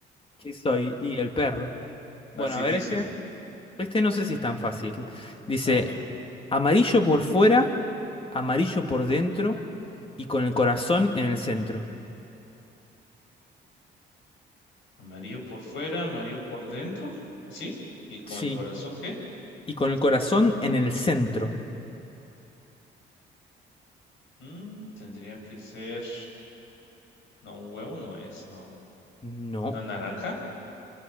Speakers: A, on the left; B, on the left.
A: ¿qué soy? Y el perro. Bueno,
B: Facilísima.
A: a ver este. Este no sé si es tan fácil. Dice,
B: Ah, Ok.
A: amarillo por fuera, amarillo por dentro y con el corazón en el centro.
B: Amarillo por fuera, amarillo por dentro. Así. ¿Y con
A: Sí.
B: el corazón qué?
A: Y con el corazón en el centro.
B: Mm, tendría que ser... No, un huevo no es, no.
A: No.
B: ¿Una naranja?